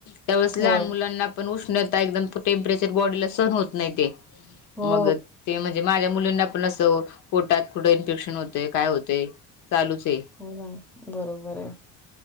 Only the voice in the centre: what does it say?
हो
हो
हो ना बरोबर आहे